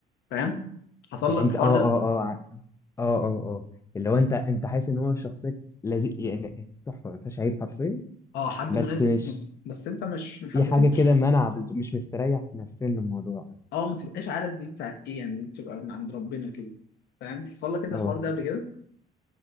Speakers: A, on the left; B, on the left.
A: فاهم حصل
B: يعني
A: لك
B: انت
A: الحوار
B: اه اه
A: ده
B: اه ع- اه اه اه اللي هو انت انت حاسس ان هو شخصيه لذيذ يعني تحفه ما فيهاش عيب حرفيا
A: اه حد
B: بس
A: مناسب
B: مش
A: مس- بس انت مش محبتوش
B: في حاجه كده منع بز- مش مستريح نفسيا للموضوع
A: اه ما تبقاش عارف دي بتاعت ايه يعني بتبقى من عند ربنا كده فاهم حصل لك كده
B: اه
A: الحوار ده قبل كده